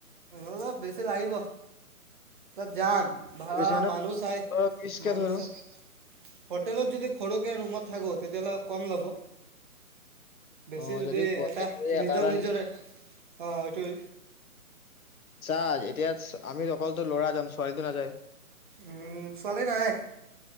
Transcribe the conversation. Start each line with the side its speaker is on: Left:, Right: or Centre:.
Right: অলপ বেছি লাগিব তাত যাম। ভা়া
Left: বেছি মানে
Right: মানুহ চাই
Left: পোন্ধৰ বিশকে
Right: মানু
Left: ধৰো
Right: চাই হোটেলত যদি সৰুকে ৰুমত থাকোত তেতিয়াহ'লে কম ল'ব বেছি
Left: অ',
Right: যদি
Left: প্ৰত্যেকে
Right: এটা
Left: যদি
Right: নিজৰ
Left: এটা
Right: নিজৰে
Left: নি
Right: অ এইটো
Left: যা এতিয়া আমিত অকলতো লৰা যামচোন ছৰিদিনা যায়
Right: উম ছোৱালী নাইক